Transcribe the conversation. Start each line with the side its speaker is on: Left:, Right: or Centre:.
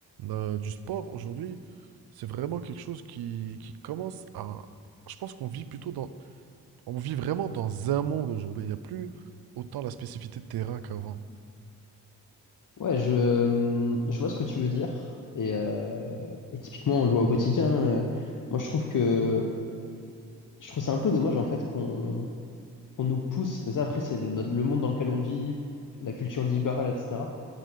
Right: euh, du sport aujourd'hui, c'est vraiment quelque chose qui, qui commence à... Je pense qu'on vit plutôt dans... On vit vraiment dans un monde aujourd'hui. Il n'y a plus autant la spécificité de terrain qu'avant.
Left: Ouais, je, euh, je vois ce que tu veux dire. Et, euh, et typiquement, on le voit au quotidien. euh, Moi, je trouve que je trouve c'est un peu dommage en fait qu'on qu'on nous pousse. Mais ça, après, c'est le, notre- le monde dans lequel on vit, la culture libérale, etc.